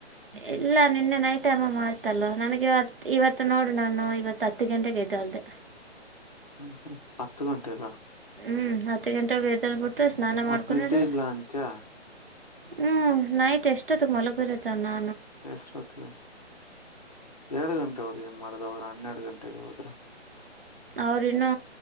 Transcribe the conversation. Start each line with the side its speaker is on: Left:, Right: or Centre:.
Right: ಇಲ್ಲ ನಿನ್ನೆ ನೈಟ್ ಅಮ ಮಾಡ್ತಲ್ವ ನನಗೆ ಇವತ್ತು ಇವತ್ತು ನೋಡಿ ನಾನು ಇವತ್ತು ಹತ್ತು ಗಂಟೆಗೆ ಎದ್ದೇಲ್ದೆ
Left: ಹ ಹ ಹತ್ತು ಗಂಟೆಗಾ
Right: ಹ್ಮ್ ಹತ್ ಗಂಟೆಗ ಬೆದಲ್ ಬುಟ್ಟ ಬಿಟ್ಟು ಸ್ನಾನ ಮಾಡ್ಕೊಂಡಾರ
Left: ಮತ್ ನಿದ್ದೆ ಇಲ್ಲ ಅಂತ್ಯ
Right: ಹ್ಮ್ ನೈಟ್ ಎಷ್ಟತ್ತು ಮಾಲಗಿರೋದಾ ನಾ
Left: ಎಷ್ಟೊತ್ತಿಗೆ ಎರಡು ಗಂಟೆಯವರಿಗೆ ಏನ್ ಮಾಡ್ದ ಅವ್ರ ಹನ್ನೆರಡು ಗಂಟೆಗೆ ಹೋದ್ರೆ.
Right: ಅವರು ಇನ್ನೂ